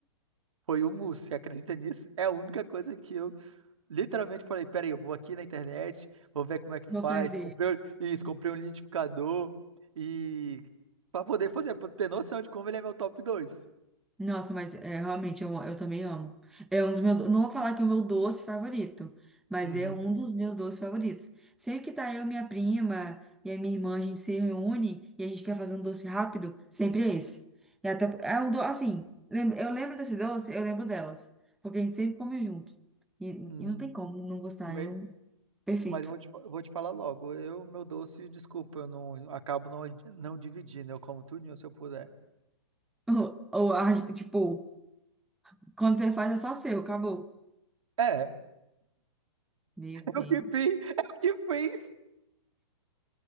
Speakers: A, on the right (about 80°); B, in the centre.
A: Foi o mousse, você acredita nisso? É a única coisa que eu Literalmente falei, peraí, eu vou aqui na internet, vou ver como é que
B: Vou
A: faz.
B: aprender.
A: Comprei o- isso, comprei um liquidificador e para poder fazer, para ter noção de como ele é meu top dois
B: Nossa, mas é, realmente eu, eu também amo. É um dos meus, não vou falar que é o meu doce favorito, mas
A: Uhum.
B: é um dos meus doces favoritos. Sempre que tá eu e minha prima e a minha irmã, a gente se reúne e a gente quer fazer um doce rápido, sempre é esse. E até, é um doce, assim, lem- eu lembro desse doce, eu lembro delas, porque a gente sempre come junto. E,
A: Uhum.
B: e não tem como não gostar,
A: Me-
B: é um perfeito.
A: Mas eu vou te, fa- vou te falar logo. Eu, meu doce, desculpa, eu não acabo não, não dividindo. Eu como tudinho se eu puder.
B: <laughs> Ou, ou a- tipo, quando você faz é só seu, acabou.
A: É,
B: Meu Deus.
A: é o que fiz, é o que fiz,